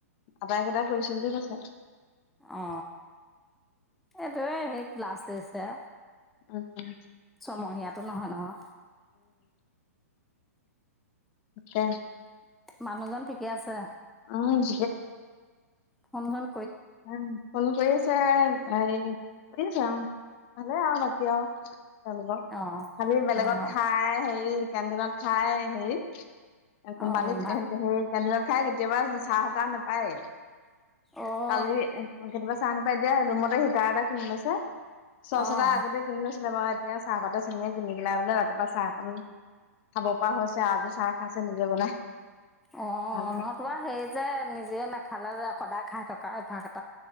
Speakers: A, on the left; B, in the centre.
A: আটাইকেইটা কৰিছো বুলি কৈছে
B: অ এইটো সেই ক্লাছ ষ্টেট হে
A: উম
B: ছমহীয়াটো নহয় নহয়
A: আকয়া <inaudible>
B: মানুহজন ঠিকে আছে
A: উম
B: সন্ধান
A: উ, ফোন কৰি আছে এ শুই যায় ভালে আৰু বাকি আৰু।
B: অ',
A: খালি বেলেগত
B: অ',
A: খাই হেৰি কেণ্টিনত খাই হেৰি কোমপানিত
B: অ', ভাত
A: ইহঁতে হেৰী কেণ্টিনত খাই কেতিয়াবা চাহ তাহ নাপায়।
B: অ',
A: কালি, উ কেতিয়াবা চাহ নাপাই দিয়া ৰুমতে হিটাৰ এটা কিনি লৈছে চচ
B: অ'।
A: এটা আগতে কিনি লৈছিলে বা এতিয়া চাহপাতে চেনে কিনি পেলাই বোলে ৰাতিপুৱা চাহক খাব পৰা হৈছে, আজি চাহ খাইছে নিজে বনাই।
B: অ'
A: ভাল
B: লৰাটোৱে সেই যে নিজে নাখালে যে সদায় খাই থকা এ অভ্যা